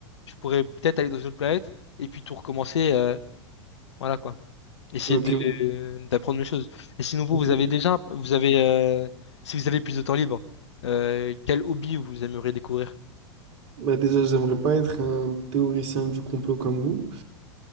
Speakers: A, on the left (about 70°); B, on the right (about 50°).
A: Je pourrais peut-être aller dans une autre planète et puis tout recommencer. euh, voilà quoi. Essayer
B: Ok.
A: de, d'apprendre les choses. Et sinon, vous,
B: ok.
A: vous avez déjà, vous avez, euh, si vous avez plus de temps libre, euh, quel hobby vous aimeriez découvrir?
B: Bah déjà, j'aimerais pas être un théoricien du complot comme vous.